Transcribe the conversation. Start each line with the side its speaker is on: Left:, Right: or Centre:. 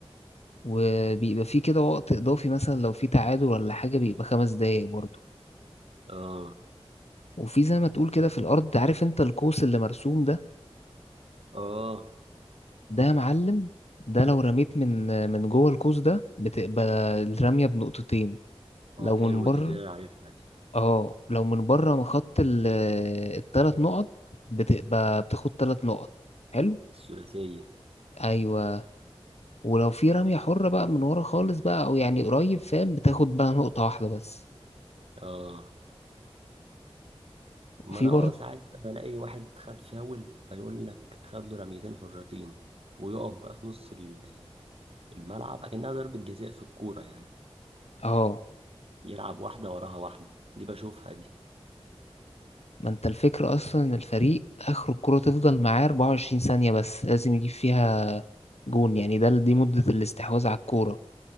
Left: وبيبقى فيه كده وقت اضافي مثلا لو في تعادل ولا حاجة بيبقى خمس دقايق برضه
Right: آه
Left: وفي زي ما تقول كده في الارض عارف انت القوس اللي مرسوم ده
Right: آه
Left: ده يا معلم ده لو رميت من من جوه القوس ده بتبقى الرمية بنقطتين
Right: آه
Left: لو
Right: حلوة
Left: من بره
Right: دي دي أنا عارفها دي
Left: اه لو من بره من خط ال- التلات نقط بتبقى بتاخد تلات نقط حلو
Right: الثلاثية
Left: ايوه ولو في رمية حرة بقى من ورا خالص بقى أو يعني قريب فاهم بتاخد بقى نقطة واحدة بس
Right: اه ما
Left: وفي
Right: انا
Left: برضه
Right: اه ساعات بلاقي واحد خد فاول فيقول لك خد له رميتين حرتين ويقف بقى في نص ال- الملعب اكنها ضربة جزاء في الكورة يعني
Left: اه
Right: يلعب واحدة وراها واحدة دي بشوفها دي
Left: ما انت الفكرة أصلا إن الفريق آخر الكرة تفضل معاه 24 ثانية بس لازم يجيب فيها جون يعني ده دي مدة الاستحواذ على الكورة